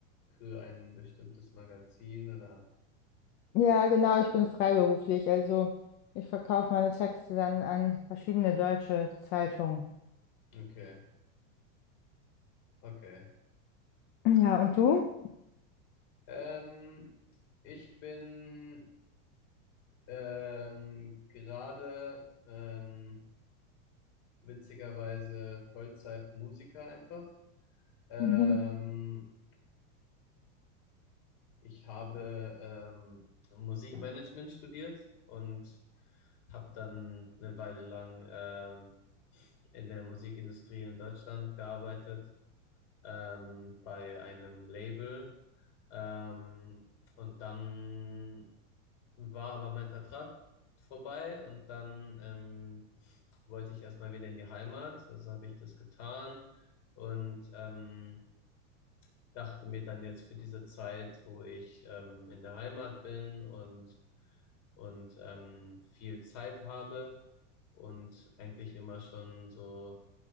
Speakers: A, on the left; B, on the left.
A: für ein bestimmtes Magazin oder?
B: Ja, genau, ich bin freiberuflich. Also ich verkaufe meine Texte dann an verschiedene deutsche Zeitungen.
A: Okay, okay.
B: Ja, und du?
A: Ähm, ich bin ähm, gerade ähm, witzigerweise Vollzeit-Musiker einfach. Ähm,
B: Mhm.
A: Ich habe ähm, Musikmanagement studiert und habe dann eine Weile lang ähm, in der Musikindustrie in Deutschland gearbeitet, ähm, bei einem Label. Ähm, und dann war aber mein Vertrag vorbei und dann ähm, wollte ich erstmal wieder in die Heimat. Also habe ich das getan und ähm, dachte mir dann jetzt für diese Zeit, wo ich ähm, in der Heimat bin und, und ähm, viel Zeit habe und eigentlich immer schon so